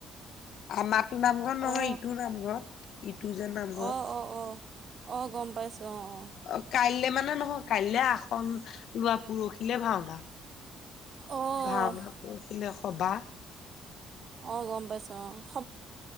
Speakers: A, on the left; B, on the right.
A: আমাৰটো নামঘৰ নহয়
B: অ
A: ইটোৰ নামঘৰ ইটো যে নামঘৰ
B: অ অ অ অ গম পাইছো অ অ
A: অ কাইলে মানে নহয় কাইলে আসন লোৱা পৰহিলে ভাওনা
B: অ অ
A: <unintelligible> পৰখিলে সবাহ
B: অৱ গম পাইছো অৱ।